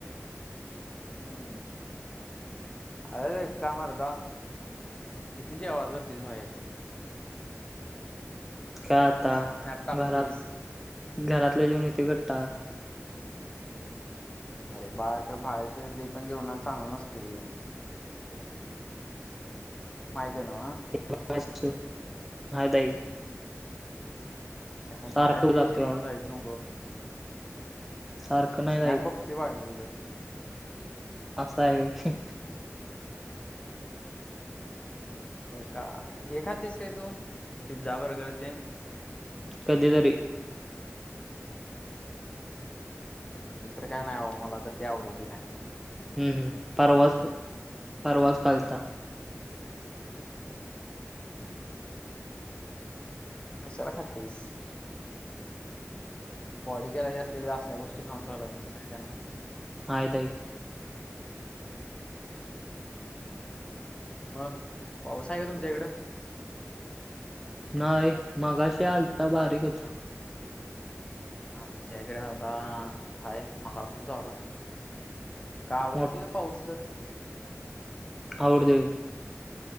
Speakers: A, on the left; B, in the centre.
A: हुं <unintelligible> किती जेवाला जातीस बाहेर?
B: काय आता
A: स्नॅप टाकतीस.
B: घरात, घरातल जेऊन येतोय कंटाळा.
A: अरे बाहेर तर, बाहेरच लई पण जेवण चांगलं नसते. माहितीये न्हव?
B: <unintelligible>
A: त्यामुळ
B: सारखं
A: बाहेर लय
B: जातोय
A: जेवायला
B: आम्ही
A: जायच नको. हम्म
B: सारखं नाही
A: स्नॅप
B: जाईत
A: बघतोय भाई मी तुझ.
B: अस आहे होय!
A: हे का हे खातीस काय तू पिझ्झा बर्गर ते?
B: कधीतरी.
A: इतर काय नाहीवं मला तर ते आवडत बी नाय.
B: हम्म हम्म परवाच फ, परवाच खालता.
A: हम्म. <unintelligible> कशाला खातेस? बॉडी करायची असली तर असल्या गोष्टी खाऊन चालत नाही. माहिती आहे न?
B: माहीत आहे.
A: हम्म... म <inaudible> पाऊस आहे का तुमच्या इकडं?
B: नाही, मगाशी आलता बारीक होता.
A: आमच्या इकडे, बाबा आहे. मगापासून चालू आहे. काय आवडतती.
B: मोठ
A: पाऊस तर
B: आवडतंय <inaudible> वय.